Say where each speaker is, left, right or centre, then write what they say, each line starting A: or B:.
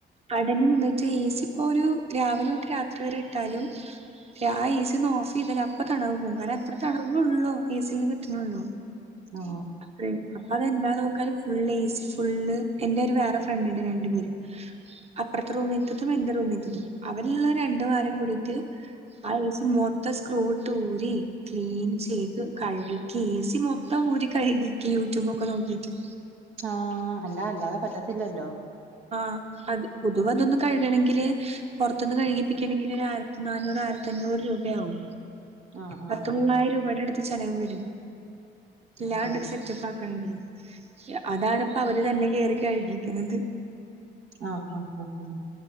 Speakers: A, on the right; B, on the right.
A: അടന്ന്ന്ട്ട് ഏ സി ഇപ്പോ ഒരു രാവിലെ തൊട്ട് രാത്രി വരെ ഇട്ടാലും രാ ഏ സിന്ന് ഓഫ് ചെയ്തല് അപ്പ തടവ് പോങ്ങു കാര്ണം അത്ര തണവേ ഉള്ളൂ ഏ സി ന്ന് കിട്ട്നൊള്ളു
B: ഓ ഓ
A: അപ്പഴേക്ക്‌ അപ്പൊ അതെന്താന്ന് നോക്കാൻ ഫുള് എസി ഫുള്ള് എന്റെ ഒരു വേറെ ഫ്രണ്ടുണ്ട് രണ്ടു പേര് അപ്പറത്തെ റൂമിത്തതും എന്റെ റൂമിലത്തതും അവരെല്ലാം രണ്ടു വാരം കൂടിട്ട് ആഹ് എ സി മൊത്ത സ്ക്രൂ ഇട്ട് ഊരി ക്ലീൻ ചെയ്ത് കഴുകി എ സി മൊത്തം ഊര് കഴുകി യൂട്യൂബ് ഒക്കെ നോക്കീറ്റ്
B: ആഹ് അല്ല അല്ലാതെ പറ്റത്തില്ലല്ലോ
A: ആഹ് അത് പൊതുവ അതൊന്ന് കഴുകണെങ്കില് പൊറത്തിന്ന് കഴുകിപ്പിക്കണമെങ്കിൽ ഒരായിരത്തി നാനൂറ ആയിരത്തി തഞ്ഞൂറു രൂപയാകും
B: ആഹ്
A: പത്ത്
B: ആഹ്
A: മൂവായിരം
B: ആഹ് ആഹ്
A: രൂപയുടെ അടുത്ത് ചെ ചെലവ് വരും എല്ലാണ്ട്
B: അതെ
A: സെറ്റപാക്കാണെങ്കി അതാണ് പ്പോ അവര് തന്നെ കയറി കഴിക്കുന്നത്
B: ആഹ് ആഹ് ആഹ് ആഹ്